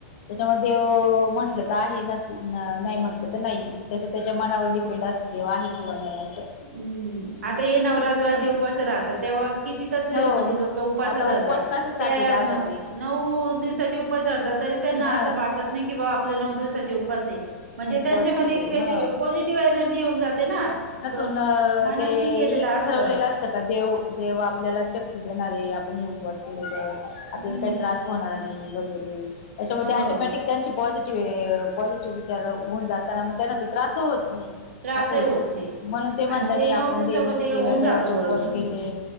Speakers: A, on the left (about 45°); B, on the right (about 60°).
A: त्याच्यामध्ये म्हटलं तर आहे नस नाही म्हटलं तर नाही त्याच त्याच्या मनावर डिपेंड देवा आहे किंवा नाही असं
B: हम्म आता हे नवरात्राचे
A: पण
B: उपास राहता तेव्हा कितीकच
A: हो
B: म्हणजे लोक उपास
A: आता
B: त्या
A: उपवास कशासाठी राहता ते
B: नऊ दिवसाचे उपास धरतात तरी त्यांना
A: ह
B: असं वाटत नाही कि बा आपले नऊ दिवसाचे उपास आहे म्हणजे
A: उपवासचे
B: त्यांच्यामध्ये एक वे
A: हा
B: पॉझिटिव्ह एनर्जी होऊन जाते ना ब
A: ून
B: मनातून
A: ते
B: केलेलं
A: हे
B: असत
A: ठरवलेलं असतं का देव देव आपल्याला शक्ती आपण हे उपवास केले तर
B: हम्म
A: आपल्याला काही त्रास होणार नाही वगैरे त्याच्यामुळे
B: हो
A: टोमॅटिक त्यांची पॉझिटिव्ह पॉझिटिव्ह विचार होऊन जाताना मग त्यांना तो त्रास होत नाही
B: त्रासही
A: असं होतं
B: होत नाही.
A: म्हणून ते
B: आणि
A: म्हणता नाही आपण
B: नऊ दिवसामध्ये
A: देवीच केलं
B: होऊन जात
A: देवाचे
B: बरोबर
A: उपवास केले